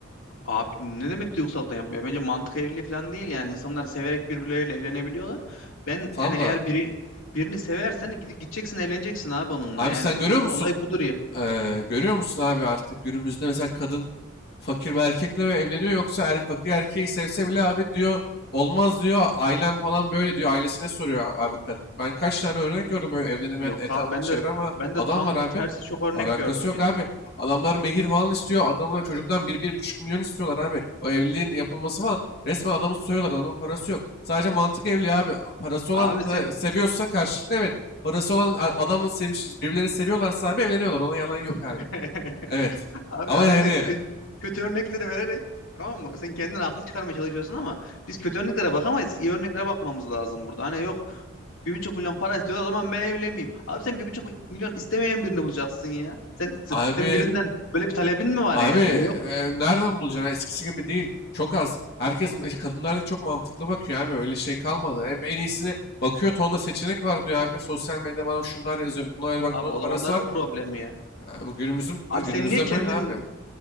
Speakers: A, on the left; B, on the left.
A: Abi ne demek duygusallıktan yapmıyor? Bence mantık evliliği falan değil yani. İnsanlar severek birbirleriyle evlenebiliyorlar. Ben
B: Tamam
A: yani eğer
B: da
A: biri birini seversen gide- gideceksin evleneceksin abi onunla.
B: abi
A: Yani
B: sen görüyor musun?
A: olay budur ya.
B: Ee, görüyor musun abi artık günümüzde mesela kadın fakir bir erkekle ve evleniyor. Yoksa er, fakir erkeği sevse bile abi diyor olmaz diyor. Ailem falan böyle diyor. Ailesine soruyor abi kadın. Ben kaç tane örnek gördüm böyle evlenemeyen
A: Yok
B: etrafını
A: abi ben
B: çeviren
A: de
B: ama
A: ben
B: adam
A: de tam
B: var abi.
A: tersi çok örnek
B: Alakası
A: gördüm
B: yok
A: yani.
B: abi. Adamlar mehir falan istiyor. Adamlar çocuktan bir bir buçuk milyon istiyorlar abi. O evliliğin yapılması falan. Resmen adamı soyuyorlar. Adamın parası yok. Sadece mantık evli abi. Parası olan
A: Abi sen
B: da seviyorsa karşılıklı evet. Parası olan a- adamla seviş, birbirlerini seviyorlarsa abi evleniyorlar. Ona yalan yok abi.
A: <laughs>
B: Evet.
A: abi
B: Ama
A: abi
B: yani
A: sen kö- kötü örnekleri vererek tamam mı? Sen kendini haklı çıkarmaya çalışıyorsun ama biz kötü örneklere bakamayız. İyi örneklere bakmamız lazım burada. Hani yok Bir buçuk milyon para istiyorlar. O zaman ben evlenmeyeyim. Abi sen bir buçuk milyon istemeyen birini bulacaksın ya. Sen,
B: Abi,
A: sen birinden böyle bir talebin mi var
B: abi
A: yani?
B: e,
A: Yok.
B: nereden bulacaksın? Eskisi gibi değil. Çok az. Herkes, e, kadınlar da çok mantıklı bakıyor abi. Öyle şey kalmadı. Hep en iyisini bakıyor. Tonla seçenek var diyor abi. Sosyal medyada bana şunlar yazıyor. Bunlar bak
A: Abi
B: bunun
A: o
B: parası
A: da onların
B: var.
A: problemi ya.
B: E, Bu günümüzün,
A: Abi
B: e, günümüzde
A: sen niye kendin
B: böyle abi.